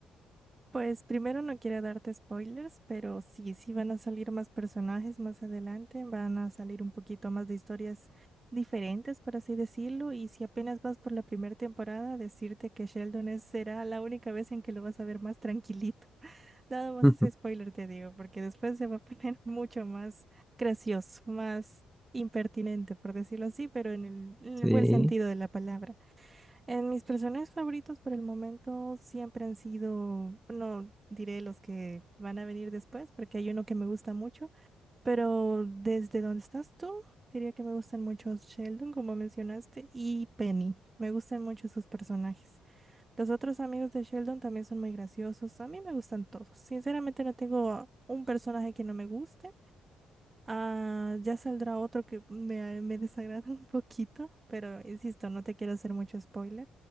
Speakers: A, on the right; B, in the centre.
A: Pues primero no quiero darte spoilers, pero sí, sí van a salir más personajes más adelante, van a salir un poquito más de historias diferentes, por así decirlo, y si apenas vas por la primera temporada, decirte que Sheldon es- será la única vez en que lo vas a ver más tranquilito. <laughs> Nada
B: <laughs>
A: más
B: Ujú.
A: ese spoiler te digo, porque después se va a poner <laughs> mucho más gracioso, más impertinente, por decirlo así, pero en el, en el
B: Sí.
A: buen sentido de la palabra. En mis personajes favoritos por el momento siempre han sido, no diré los que van a venir después, porque hay uno que me gusta mucho, pero desde donde estás tú, diría que me gustan mucho Sheldon, como mencionaste, y Penny. Me gustan mucho sus personajes. Los otros amigos de Sheldon también son muy graciosos. A mí me gustan todos. Sinceramente no tengo un personaje que no me guste. Ah, ya saldrá otro que me, me desagrada <laughs> un poquito, pero insisto, no te quiero hacer mucho spoiler,